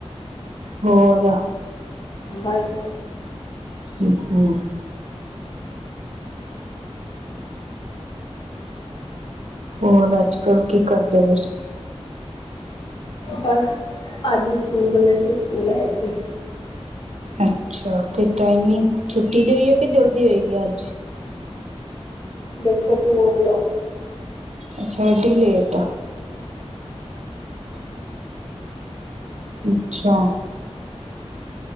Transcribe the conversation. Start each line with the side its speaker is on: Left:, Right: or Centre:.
Right: ਹੋਰ।
Left: ਬਸ
Right: ਅੱਛਾ ਹੋਰ ਅੱਜ ਕੱਲ ਕੀ ਕਰਦੇ ਪੀਸੀ?
Left: ਬਸ ਅੱਜ ਸਕੂਲ ਖੁੱਲੇ ਸੀ, ਸਕੂਲ ਆਏ ਸੀ।
Right: ਅੱਛਾ। ਤੇ ਟਾਈਮਿੰਗ ਛੁੱਟੀ ਦੀ ਹੈ। ਕਿ ਜਲਦੀ ਹੋਏਗੀ ਅੱਜ?
Left: ਦੇਖੋ ਟੂ ਓ ਕਲੋਕ।
Right: ਅੱਛਾ ਐਡੀ ਲੇਟ। ਅੱਛਾ।